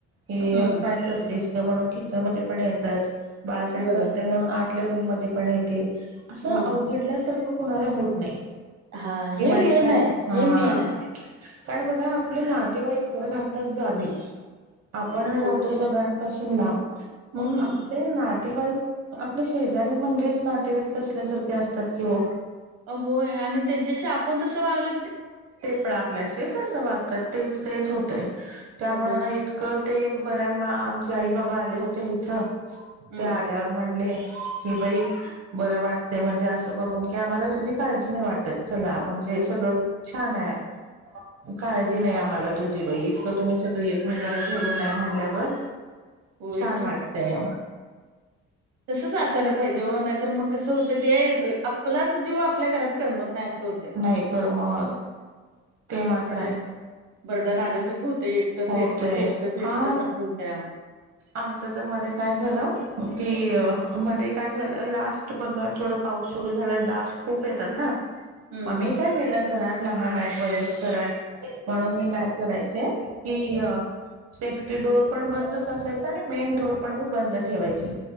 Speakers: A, on the right; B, on the right.
A: ते
B: हम्म
A: काय करतेस. म्हणून किचन मध्ये पण येतात. बाळ काय
B: बघा
A: करते म्हणून, आ आपल्या रूम मध्ये पण येतील. असं
B: हम्म
A: अवघडल्या सारखं कोणाला होत नाही.
B: हा
A: किंवा
B: हे मेन
A: एखाद
B: हाय.
A: हा
B: हे मेन हाय.
A: कारण, बघा आपले नातेवाईक राहतात गावी. आपण राहतो
B: होय की
A: सगळ्यां पासून तुम्ही लांब. मग
B: हम्म
A: आपले ना नातेवाईक आपले शेजारी म्हणजेचं, नातेवाईक असल्यासारखे असतात कि ओ?
B: अ होय, आणि त्यांच्याशी आपण तस वागल
A: ते पण आपल्याशी तसं वागतात. तेच तेच होतंय. त्यामुळे
B: होय
A: ना
B: की
A: इतकं ते बराय मग आमचे आई -बाबा आले होते इथं
B: हम्म
A: ते आल्यावर म्हणले? कि बाई बरं वाटते म्हणजे, असं बघून की आम्हाला तुझी काळजी नाही वाटत चला म्हणजे सगळं छान! आहे काळजी नाही, आम्हाला तुझी बाई इतकं तुम्ही सगळी एकमेकाला धरून आहे म्हणल्यावर
B: होय
A: छान! वाटतंय.
B: तसचं असायला पाहिजे. जेव्हा नाहीतर, मग कसं होतं ते आपलाच जीव आप आपल्या घरात करमत नाही असं होतंय
A: नाही तर, मग ते मात्र
B: आणि
A: आहे.
B: लय बर्डन आल्यासारखं होतंय एकटंच
A: हो
B: एकटंच
A: ते
B: एकटंच
A: हा
B: एकटंच असं होतंया
A: आमचं तर मध्ये काय झालं की कि
B: हम्म
A: अ काय झालं लास्ट बघा थोडं पाऊस सुरू झाला, डास खूप येतात ना. मग
B: हम्म
A: मी काय केलं घरात लहान आहेत वयस्कर आहेत म्हणून मी
B: हम्म
A: काय करायच चे कि सेफ्टी डोअर पण बंदच असायचा, आणि मेन डोअर पण मी बंद ठेवायची.